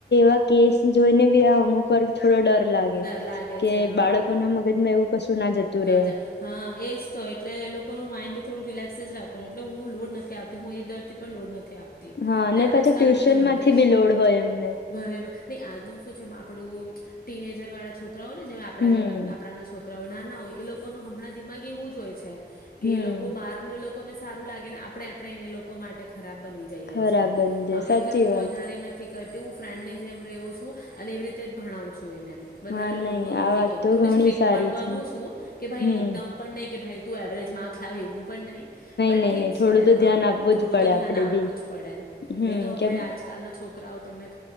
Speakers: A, on the left; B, on the left.
A: આ કેસ જોઈને બી આ અમુક વાર થોડો ડર લાગે
B: ડર લાગે
A: કે
B: છે હા
A: બાળકોના મગજમાં એવું કશું જતું
B: ના
A: રહે
B: જાય હા એજ તો એટલે એ લોકો નું માઇન્ડ થોડું રિલેક્સ જ રાખવાનું એટલે હું લોડ નથી આવતી હું એ દર પણ લોડ નથ થી આપતી
A: હા ને
B: આજકાલ
A: પાછા ટ્યુશન
B: નું જનરેશન
A: માંથી બી લોડ હોય એમને
B: ભરેલું નહી આજનું શું છે પડવું ટીનેજર વાળા છોક રાઓયને જે આપડા
A: હમ
B: જેવા આપડા ના છોકરાઓ ના ના હોય એ લોકો ન હમણાં દિમાગ એવું જ હોય છે. કે
A: હમ
B: એ લોકો બહાર નું એ લોકોને સે સારું લાગે ને આપડે આપડે એને લોકો માટે ખરાબ બની જઈએ
A: ખરા
B: છે.
A: બંધે
B: હા
A: સાચી
B: એટલે હું
A: વાત
B: વધારે નથી કર તે હું ફ્રેન્ડ ની જેમ રહ્યો છું અને એવી રીતે જ ભણાવું છું એને. વધારે
A: હા
B: લોડ
A: નહી
B: નું
A: આ
B: નથી
A: વાત
B: કેતી
A: તો
B: થોડી
A: ઘણી
B: સ્ટ્રીક
A: સારી
B: પણ બન
A: છે
B: છું કે ભાઈ
A: હમ
B: એકદમ પણ નહી કે ભાઈ તું એવરેજ માર્ક લાવ એવું પણ નહી પણ
A: નહી
B: ઠીક
A: નહી થોડું
B: છે
A: તો
B: હા
A: ધ્યાન આપવું
B: થોડું
A: જ પડે
B: તો
A: આપડે
B: ધ્યાન આપવું
A: બી
B: જ પડે
A: હમ
B: નહી તો
A: કેમ
B: હવે આજકાલનો છોક કરાવ તમને